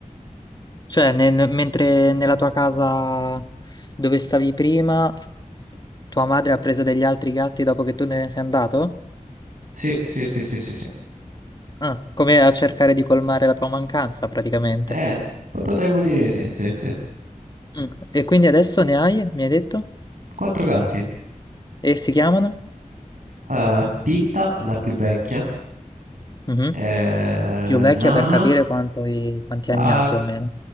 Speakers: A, on the left; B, on the right.
A: Cioè, nel- mentre nella tua casa dove stavi prima, tua madre ha preso degli altri gatti dopo che tu ne sei andato?
B: Sì, sì, sì, sì, sì, sì.
A: Ah, come a cercare di colmare la tua mancanza, praticamente.
B: Eh, po- potremmo dire sì, sì, sì.
A: Mm. E quindi adesso ne hai, mi hai detto?
B: Quattro gatti.
A: E si chiamano?
B: Eh, Pitta, la più vecchia,
A: Mhm.
B: eh,
A: Più vecchia
B: Nana
A: per capire quanto i- quanti
B: ha,
A: anni ha più o meno.